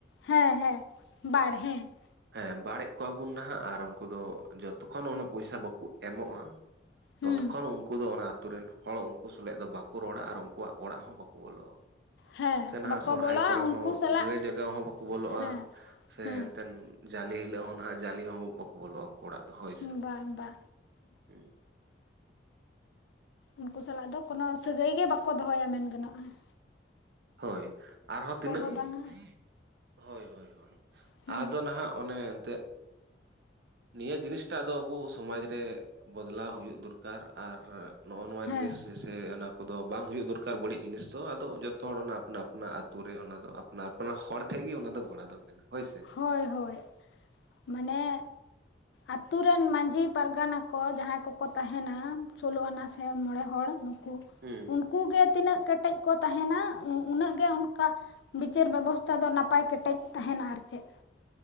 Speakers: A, on the left; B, on the right.
A: ᱦᱮᱸ ᱦᱮᱸ, <inaudible> ᱵᱟᱲ ᱦᱮᱸ ᱾
B: ᱦᱮᱸ ᱵᱟᱲᱮᱜ ᱠᱚᱣᱟ ᱵᱚᱱ ᱱᱟᱦᱟᱜ ᱟᱨ ᱩᱱᱠᱩ ᱫᱚ ᱡᱚᱛᱚᱠᱷᱚᱱ ᱚᱱᱟ ᱯᱚᱭᱥᱟ ᱵᱟᱠᱚ ᱮᱢᱚᱜ-ᱟ
A: ᱦᱩᱸ
B: ᱛᱚᱛᱚᱠᱷᱚᱱ ᱩᱱᱠᱩ ᱫᱚ ᱚᱱᱟ ᱟᱛᱳ ᱨᱮᱱ ᱦᱚᱲ ᱩᱱᱠᱩ ᱥᱟᱞᱟᱜ ᱫᱚ ᱵᱟᱠᱚ ᱨᱚᱲᱟ ᱟᱨ ᱩᱱᱠᱩᱣᱟᱜ ᱚᱲᱟᱜ ᱦᱚᱸ ᱵᱟᱠ ᱚ ᱵᱚᱞᱚᱜ-ᱟ ᱾
A: ᱦᱮᱸ
B: <inaudible> ᱥᱮ ᱱᱟᱦᱟᱜ
A: ᱵᱟᱠᱚ
B: ᱥᱚᱨᱦᱟᱭ
A: ᱵᱚᱞᱚᱜᱼᱟ
B: ᱠᱚᱨᱮ
A: ᱩᱱᱠᱩ
B: ᱦᱚᱸ
A: ᱥᱟᱞᱟᱜ
B: ᱜᱟᱹᱭ ᱡᱟᱜᱟᱣ ᱦᱚᱸ ᱵᱟᱠᱚ ᱵᱚᱞᱚᱜ-ᱟ
A: ᱦᱮᱸ
B: ᱥᱮ
A: ᱦᱮᱸ
B: ᱮᱱᱛᱮᱱ ᱡᱟᱞᱮ ᱦᱤᱞᱳᱜ ᱦᱚᱸ ᱱᱟᱦᱟᱜ ᱡᱟᱞᱮ ᱦᱚᱸ ᱵᱟᱠᱚ ᱵᱚᱞᱚᱜ-ᱟ ᱩᱱᱠᱩ ᱚᱲᱟᱜ ᱫᱚ ᱦᱳᱭ ᱥᱮ ᱾
A: ᱵᱟ ᱵᱟ
B: <inaudible> ᱦᱩᱸ ᱾
A: ᱩᱱᱠᱩ ᱥᱟᱞᱟᱜ ᱫᱚ ᱠᱳᱱᱳ ᱥᱟᱹᱜᱟᱹᱭ ᱜᱮ ᱵᱟᱠᱚ ᱫᱚᱦᱚᱭᱟ ᱢᱮᱱ ᱜᱟᱱᱚᱜ-ᱟ ᱾
B: ᱦᱳᱭ ᱟᱨᱦᱚᱸ ᱛᱤᱱᱟᱹᱜ
A: ᱦᱚᱸ
B: <inaudible>
A: ᱵᱟᱝᱟ
B: ᱦᱳᱭ ᱦᱳᱭ ᱦᱳᱭ ᱾
A: ᱦᱮᱸ
B: ᱟᱫᱚ ᱱᱟᱦᱟᱜ ᱚᱱᱮ ᱮᱱᱛᱮᱜ <inaudible> ᱱᱤᱭᱟᱹ ᱡᱤᱱᱤᱥᱴᱟᱜ ᱫᱚ ᱟᱵᱚ ᱥᱚᱢᱟᱡᱽ ᱨᱮ ᱵᱚᱫᱞᱟᱣ ᱦᱩᱭᱩᱜ ᱫᱚᱨᱠᱟᱨ ᱾ ᱟᱨ ᱱᱚᱜ-ᱚ ᱱᱚᱣᱟ
A: ᱦᱮᱸ
B: ᱡᱤᱱᱤᱥ ᱥᱮ ᱚᱱᱟ ᱠᱚᱫᱚ ᱵᱟᱝ ᱦᱩᱭᱩᱜ ᱫᱚᱨᱠᱟᱨ ᱵᱟᱹᱲᱤᱡ ᱡᱤᱱᱤᱥ ᱫᱚ ᱟᱫᱚ ᱡᱚ ᱛᱚ ᱦᱚᱲ ᱚᱱᱟ ᱟᱯᱱᱟ ᱟᱯᱱᱟ ᱟᱛᱳ ᱨᱮ ᱚᱱᱟ ᱫᱚ ᱟᱯᱱᱟ ᱟᱯᱱᱟ ᱦᱚᱲ ᱴᱷᱮᱱ ᱜᱮ ᱚᱱᱟ ᱫᱚ ᱜᱚᱲᱟ ᱫᱚ ᱠᱟᱱᱟ ᱦᱳᱭ ᱥᱮ ᱾
A: ᱦᱳᱭ ᱦᱳᱭ ᱾ ᱢᱟᱱᱮᱻ ᱟᱹᱛᱩ ᱨᱮᱱ ᱢᱟᱺᱡᱷᱤ ᱯᱟᱨᱜᱟᱱᱟ ᱠᱚ ᱡᱟᱦᱟᱸᱭ ᱠᱚᱠᱚ ᱛᱟᱦᱮᱱᱟ ᱥᱳᱞᱳ ᱟᱱᱟ ᱥᱮ ᱢᱚᱬᱮ ᱦᱚᱲ ᱠᱤ
B: ᱦᱩᱸ
A: ᱾ <inaudible> ᱩᱱᱠᱩ ᱜᱮ ᱛᱤᱱᱟᱹᱜ ᱠᱮᱴᱮᱡ ᱠᱚ ᱛᱟᱦᱮᱱᱟ ᱩᱱᱟᱹᱜ ᱜᱮ ᱚᱱᱠᱟ ᱵᱤᱪᱟᱹᱨ ᱵᱮᱵᱚᱥᱛᱷᱟ ᱫᱚ ᱱᱟᱯᱟᱭ ᱠᱮᱴᱮᱡ ᱛᱟᱦᱮᱱᱟ ᱟᱨ ᱪᱮᱫ ᱾